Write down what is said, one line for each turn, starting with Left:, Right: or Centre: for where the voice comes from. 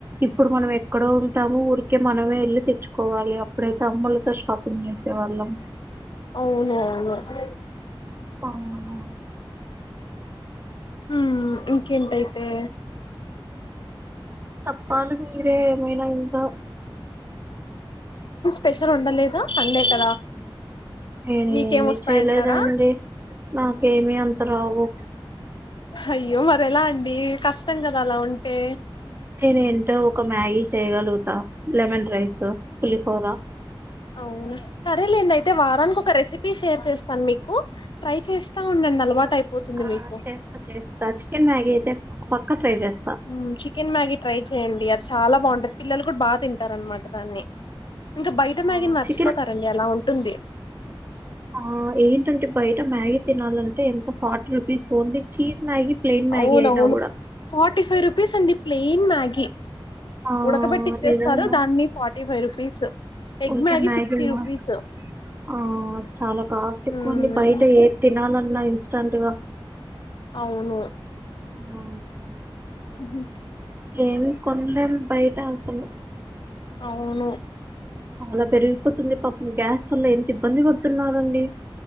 Right: ఇప్పుడు మనం ఎక్కడో ఉంటాము ఊరికే మనమే వెళ్ళి తెచ్చుకోవాలి అప్పుడైతే అమ్మలతో షాపింగ్ చేసే వాళ్ళం
Left: అవును <unintelligible>
Right: అవును
Left: మ్మ్ ఇంకెంటయితే
Right: చప్పాలి మీరే ఏమైనా ఇంకా
Left: పెషల్ వండలేదా సండే కదా
Right: నేను
Left: మీకేం
Right: ఏమి
Left: వస్తాయంటారా
Right: చేయలేదండి మాకు ఏమీ అంత రావు
Left: అయ్యో మరి ఎలా అండి కష్టం కదా అలా ఉంటే
Right: నేను ఏంటో ఒక మ్యాగీ చేయగలుగుతా లెమన్ రైస్ పులిహోరా
Left: అవును సరేలేండి అయితే వారానికి ఒక రెసిపీ పి షేర్ చేస్తాను మీకు ట్రై చేస్తా ఉండండి అలవాటు అయిపోతుంది
Right: ఆ
Left: మీకు
Right: చేస్తా చేస్తా చికెన్ మ్యాగి అయితే పక్క ట్రై చేస్తా
Left: ఉమ్ చికెన్ మ్యాగీ ట్రై చెయ్యడి అది చాలా బాగుంటుంది పిల్లలు కూడా బాగా తింటారు అన్నమాట దాన్ని ఇంకా బయట
Right: ఆ
Left: మ్యాగిని మర్చిపోతారండి
Right: చికెన్
Left: అలా ఉంటుంది
Right: ఆ ఏంటంటే బయట మ్యాగీ తినాలంటే ఎంత forty rupees only cheese Maggi plain Maggi
Left: అవునవును
Right: అయినా కూడా
Left: ఫార్టీ ఫైవ్ రూపీస్ అండి ప్లేన్ మ్యాగీ
Right: ఆ
Left: ఉడకబెట్టి ఇచ్చేస్తారు
Right: నిజంగా
Left: దాన్ని ఫార్టీ ఫైవ్ రూపీస్ ఎగ్
Right: ఊరికే మ్యాగీ
Left: సిక్స్టీ
Right: మాస్
Left: రూపీస్
Right: ఆ చాలా కాస్ట్ ఎక్కువండి
Left: ఉమ్
Right: బయట ఏ తినాలన్నా ఇ చంటివా
Left: అవును
Right: ఆ
Left: ఉహు
Right: ఏమి కొనలేం బయ అసలు
Left: అవును
Right: చాలా పెరిగిపోతుంది పాపం గ్యాస్ వల్ల ఎంత ఇబ్బంది పడుతున్నరండి